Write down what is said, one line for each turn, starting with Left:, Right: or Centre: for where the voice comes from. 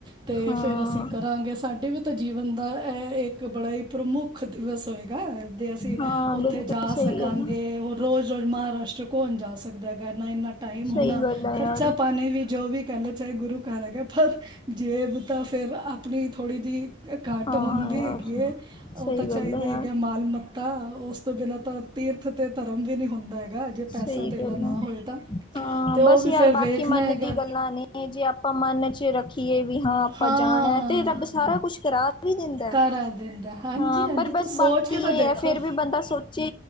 Right: ਤੇ
Left: ਹਾਂ
Right: ਫੇਰ ਅਸੀਂ ਕਰਾਂਗੇ ਸਾਡੇ ਵੀ ਜੀਵਨ ਦਾ ਏਹ ਇੱਕ ਬੜਾ ਈ ਪ੍ਰਮੁੱਖ ਦਿਵਸ ਹੋਏਗਾ ਦੇ ਅਸੀਂ
Left: ਹਾਂ ਬਿਲਕੁਲ
Right: ਉੱਥੇ ਜਾ
Left: ਸਹੀ
Right: ਸਕਾਂਗੇ
Left: ਗੱਲ ਹੈ
Right: ਉਹ ਰੋਜ਼-ਰੋਜ਼ ਮਹਾਰਾਸ਼ਟਰ ਕੌਣ ਜਾ ਸਕਦਾ ਹੈਗਾ ਆ ਨਾ ਇੰਨਾ ਟਾਈਮ ਹੋਣਾ
Left: ਸਹੀ ਗੱਲ ਹੈ
Right: ਖਰਚਾ
Left: ਯਾਰ
Right: ਪਾਣੀ ਵੀ ਜੋ ਵੀ ਕਹਿ ਲਓ ਚਾਹੇ ਗੁਰੂ ਘਰ ਹੈਗਾ ਪਰ ਜੇਬ ਤਾਂ ਫੇਰ ਆਪਣੀ ਥੋੜ੍ਹੀ ਜੀ ਘਾਟ
Left: ਹਾਂ
Right: ਹੁੰਦੀ
Left: ਯਾਰ
Right: ਹੈਗੀ ਏ
Left: ਸਹੀ
Right: ਓ ਤਾਂ
Left: ਗੱਲ
Right: ਚਾਈਦਾ
Left: ਹੈ
Right: ਈ
Left: ਯਾਰ
Right: ਹੈਗਾ ਮਾਲ ਮਤ ਤਾ ਉਸ ਤੋਂ ਬਿਨਾਂ ਤਾਂ ਤੀਰਥ ਤੇ ਧਰਮ ਵੀ ਨੀ ਹੁੰਦਾ। ਹੈਗਾ ਜੇ ਪੈਸਾ
Left: ਸਈ
Right: ਧੇਲਾ
Left: ਗੱਲ
Right: ਨਾ
Left: ਆ
Right: ਹੋਏ ਤਾਂ
Left: ਹਾਂ
Right: ਤੇ ਉਹ
Left: ਬਸ
Right: ਵੀ
Left: ਯਾਰ
Right: ਫੇਰ
Left: ਬਾਕੀ
Right: ਵੇਖਣਾ
Left: ਮਨ
Right: ਹੈਗਾ।
Left: ਦੀ ਗੱਲਾਂ ਨੇ। ਜੇ ਆਪਾਂ ਮਨ 'ਚ ਰੱਖੀਏ ਵੀ ਹਾਂ ਆਪਾਂ
Right: ਹੋ ਹਾਂ।
Left: ਜਾਣਾ ਏ ਤੇ ਰੱਬ ਸਾਰਾ ਕੁਛ ਕਰਾ ਵੀ ਦਿੰਦਾ
Right: ਕਰਾ
Left: ਏ
Right: ਦਿੰਦਾ ਹਾਂਜੀ-ਹਾਂਜੀ
Left: ਹਾਂ ਪਰ ਬਸ
Right: ਤੂੰ ਸੋਚ
Left: ਬਾਕੀ
Right: ਕੇ ਤਾਂ
Left: ਇਹ
Right: ਦੇਖੋ
Left: ਐ ਫਿਰ
Right: ਹੂੰ।
Left: ਵੀ ਬੰਦਾ ਸੋਚੇ